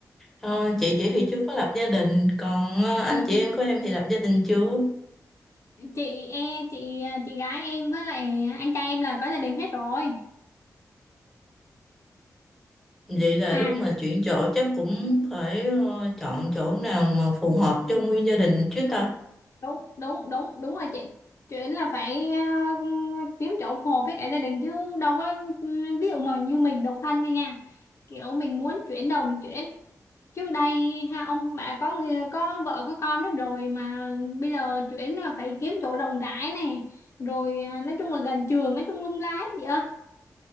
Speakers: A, in the centre; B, on the left.
A: ờ, chị chị thì chưa có lập gia đình còn ờ, anh
B: Ừ.
A: chị em của em thì lập gia đình chưa
B: Chị e chị chị gái em với lại anh trai em là có gia đình hết rồi.
A: vậy là
B: À
A: lúc mà chuyển chỗ chắc cũng phải ờ, chọn chỗ nào mà phù hợp cho nguyên gia đình chứ
B: đúng
A: ta
B: đúng đúng đúng đúng rồi chị. Chuyện là phải ờ, kiếm chỗ phù hợp với cả gia đình chứ đâu có ví dụ mà như mình độc thân đi nha. Kiểu mình muốn chuyển đầu mình chuyển trước đây ha ông bà có người- có vợ có con hết rồi mà bây giờ chuyển là phải kiếm chỗ rộng rãi này rồi à, nói chung là gần trường nói chung lung lái chị ơi